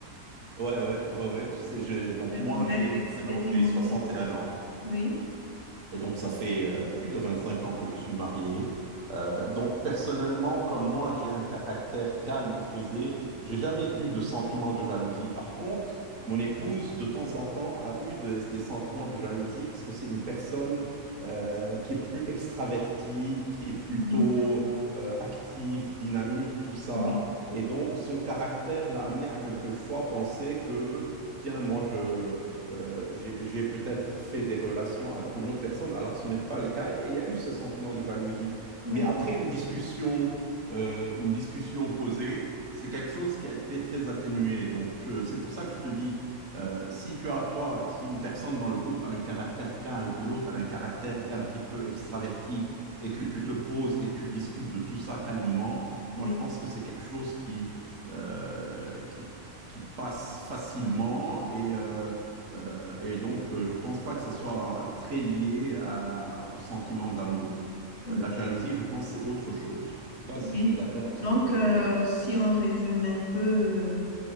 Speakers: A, on the right; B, on the left.
A: Ouais, ouais, ouais, ouais, tu sais, j'ai- donc
B: Et
A: moi,
B: vous
A: j'ai
B: êtes expérimenté.
A: maintenant j'ai 61 ans.
B: Oui.
A: Et donc, ça fait euh, plus de 25 ans que je suis marié. Euh, donc, personnellement, comme moi, j'ai un caractère calme et posé. J'ai jamais eu de sentiment de jalousie. Par contre, mon épouse, de temps en temps, a eu de- des sentiments de jalousie parce que c'est une personne euh, qui est plus extravertie, qui est plutôt
B: Mhm.
A: euh, active, dynamique, tout ça.
B: Oui,
A: Et donc, son caractère l'a amené à quelquefois penser que, tiens, moi, je euh, j'ai j'ai peut-être fait des relations avec une autre personne alors que ce n'était pas le cas. Et il y a eu ce sentiment de jalousie.
B: oui,
A: Mais après une discussion, euh, une discussion posée, c'est quelque chose qui a été très atténué. Donc je- c'est pour ça que je te dis, euh, si tu as toi, si une personne dans le couple a un caractère calme et l'autre a un caractère un petit peu extraverti et que tu te poses et tu discutes de tout ça calmement, moi
B: oui,
A: je pense que c'est quelque chose qui, euh, qui, qui passe facilement et euh, euh, et donc, euh, je pense pas que ce soit très lié à- au sentiment d'amour.
B: oui.
A: Euh, la jalousie, je pense, c'est autre chose. Je sais pas si
B: Oui.
A: tu es d'accord avec ce
B: Donc,
A: que je viens
B: euh,
A: de dire.
B: si on résume un peu, euh,